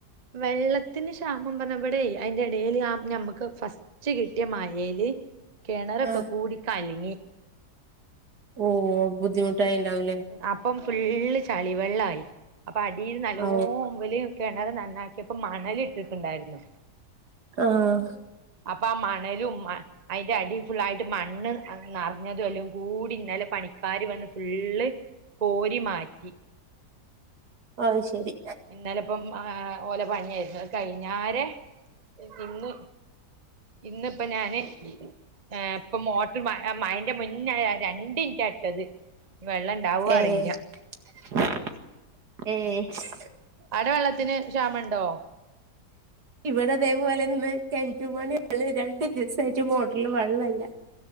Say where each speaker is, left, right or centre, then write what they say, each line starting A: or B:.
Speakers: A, on the right; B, on the right.
A: വെള്ളത്തിന് ക്ഷാമം പറഞ്ഞ ഇവടെയ് അയിന്റെ ഇടേല് ഞമ്മക്ക് ഫസ്റ്റ് ച്ച കിട്യേ മയേല് കെണറൊക്കെ
B: ആഹ്
A: കൂടി കലങ്ങി.
B: ഓഹ് ബുദ്ധിമുട്ടായി ഇണ്ടാവൂലേ?
A: അപ്പം ഫുള്ള് ചളിവെള്ളായി. അപ്പൊ അടിൽ നല്ലോ
B: ഓ
A: വല് കെണറ് നന്നാക്യെപ്പോ മണലിട്ടിട്ട്ണ്ടായിരുന്നു.
B: ആഹ്.
A: അപ്പാ ആ മണലും മ അയിന്റെ അടി ഫുള്ളായിട്ട് മണ്ണ് നറഞ്ഞത അല്ലോം കൂടി ഇന്നലെ പണിക്കാർ വന്ന്. ഫുള്ള് കോരി മാറ്റി.
B: ഓ അത് ശരി.
A: ഇന്നല ഇപ്പം ആഹ് ഓലെ പണിയാരുന്നു ത് കഴിഞ്ഞാരെ ഇന്നു ഇന്നിപ്പ ഞാന് ഏഹ് ഇപ്പോ മോ ട്ട് മയന്റെ മുന്നേ രണ്ടിൻറ്റ ഇട്ടത് വെള്ളം ഇണ്ടാവോ
B: ഏഹ്
A: അറിയില്ല.
B: ഏഹ്.
A: ആടെ വെള്ളത്തിന് ക്ഷാമ ഉണ്ടോ?
B: ഇവടെ ഇതേപോലെന്ന് കെണ്റ്റ് പണി രണ്ട് ദിവസായിറ്റ് മോട്ടറില് വെള്ളല്ല.